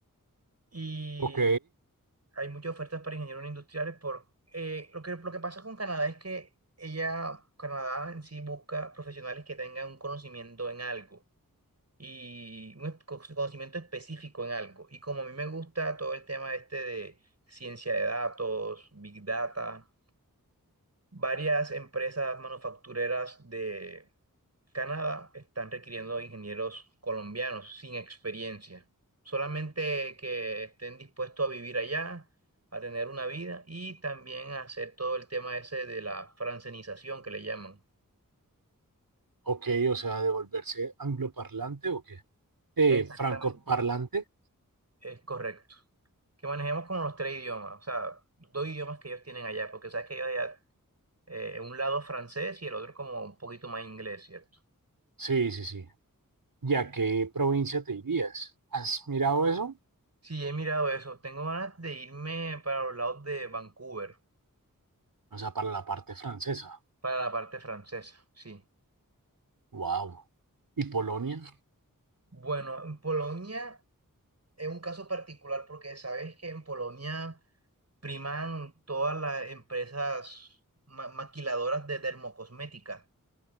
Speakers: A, on the right; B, on the right.
A: y
B: Ok,
A: hay muchas ofertas para ingenieros industriales por eh, lo que, lo que pasa con Canadá es que ella, Canadá en sí busca profesionales que tengan un conocimiento en algo y un es- conocimiento específico en algo. Y como a mí me gusta todo el tema este de ciencia de datos, big data. Varias empresas manufactureras de Canadá están requiriendo ingenieros colombianos sin experiencia, solamente que estén dispuestos a vivir allá, a tener una vida y también a hacer todo el tema ese de la francenización que le llaman.
B: ok, o sea, de volverse angloparlante o qué? Eh,
A: Exactamente,
B: francoparlante.
A: es correcto. Que manejemos como los tres idiomas, o sea, dos idiomas que ellos tienen allá, porque sabes que ellos allá, eh, un lado francés y el otro como un poquito más inglés, ¿cierto?
B: Sí, sí, sí. ¿Y a qué provincia te irías? ¿Has mirado eso?
A: Sí, he mirado eso. Tengo ganas de irme para los lados de Vancouver,
B: O sea, para la parte francesa.
A: para la parte francesa, sí.
B: Wow. ¿Y Polonia?
A: Bueno, en Polonia es un caso particular porque sabes que en Polonia priman todas las empresas ma- maquiladoras de dermocosmética.